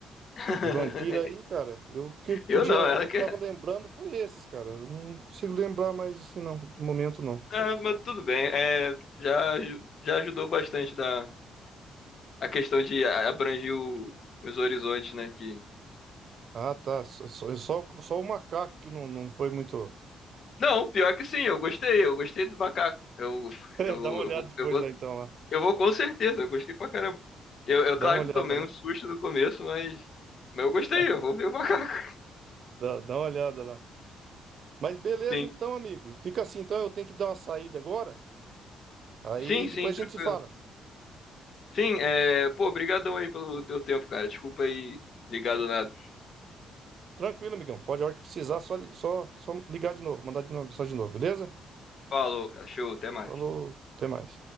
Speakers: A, on the left; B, on the right.
A: <laughs>
B: de vampiro aí, cara, eu o que podia,
A: Eu não, ela
B: que eu
A: quer.
B: tava lembrando foi esses, cara. Eu não consigo lembrar mais assim não, de momento não.
A: Ah, mas tudo bem. É, já, aju- já ajudou bastante da, a questão de a- abranger o- os horizontes, né? Que...
B: Ah, tá, só só é só, só o macaco que não, não foi muito. <laughs>
A: Não, pior que sim, eu gostei. Eu gostei do macaco. Eu,
B: É,
A: eu,
B: dá uma olhada
A: eu vou,
B: depois
A: eu vou
B: lá então lá.
A: Eu vou com certeza, eu gostei pra caramba. Eu, eu
B: Dá
A: claro
B: uma olhada
A: que eu tomei
B: lá.
A: um susto no começo, mas, mas eu gostei,
B: <laughs>
A: eu vou ver o macaco.
B: Dá, dá uma olhada lá. Mas beleza
A: <laughs> Sim,
B: então, amigo. Fica assim então, eu tenho que dar uma saída agora. Aí
A: sim,
B: depois
A: sim, tranquilo.
B: a gente se fala.
A: Sim, é, pô, brigadão aí pelo teu tempo, cara. Desculpa aí, ligado nada.
B: Tranquilo, amigão. Pode a hora que precisar, só, li- só, só ligar de novo, mandar de novo, mensagem de novo, beleza?
A: Falou, cara, show, até mais.
B: Falou, até mais.